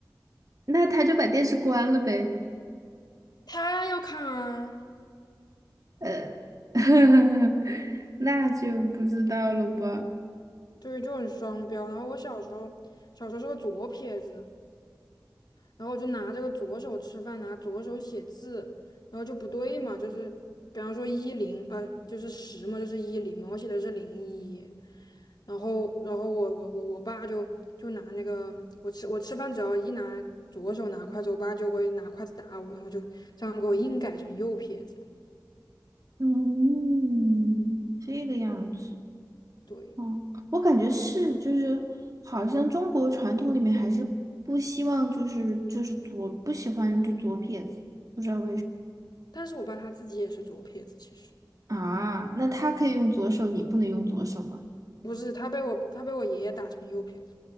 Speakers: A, on the right; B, on the left.
A: 那他就把电视关了呗，
B: 他要看啊，
A: 呃，<laughs> 那就不知道了吧。
B: 对，就很双标。然后我小时候小时候是个左撇子。然后我就拿这个左手吃饭，拿左手写字，然后就不对嘛，就是比方说一零，呃，就是十嘛，就是一零嘛，我写的是零一，然后然后我我我我爸就就拿那个我吃我吃饭只要一拿左手拿筷子，我爸就会拿筷子打我，然后就这样给我硬改成右撇子了。
A: 嗯，这个样子。
B: 对，
A: 哦，我感觉是，就是好像中国传统里面还是不希望，就是就是左不喜欢就左撇子不知道
B: 但是我爸他自己也是左撇子，其实
A: 啊。那他可以用左手，你不能用左手吗？
B: 不是，他被我他被我爷爷打成右撇子。